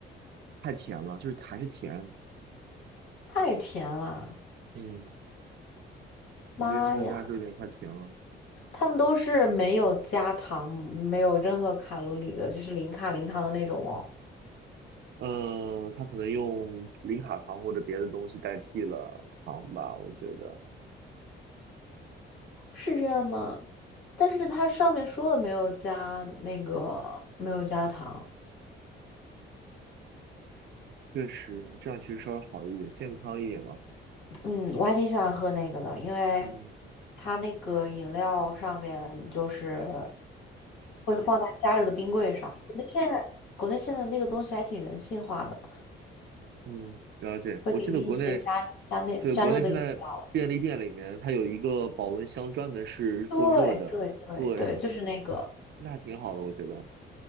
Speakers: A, on the right; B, on the left.
A: 太甜了，就是还是甜，
B: 太甜了，
A: 嗯，
B: 妈呀！
A: 我觉得元气森林还是有点太甜了。
B: 他们都是没有加糖、没有任何卡路里的，就是零卡零糖的那种哦。
A: 嗯，他可能用零卡糖或者别的东西代替了糖吧，我觉得
B: 是这样吗？但是它上面说的没有加那个，没有加糖。
A: 确实这样其实稍微好一点，健康一点嘛。
B: 嗯，我还挺喜欢喝那个的，因为
A: 嗯
B: 它那个饮料上面就是会放在加热的冰柜上。国内现在国内现在那个东西还挺人性化的，
A: 嗯，了解。
B: 会给你一些加加那加热的饮料。
A: 我记得国内，对，国内现在便利店里面它有一个保温箱，专门是做热的，
B: 对对对对，
A: 对，
B: 就是那个，
A: 那还挺好的，我觉得。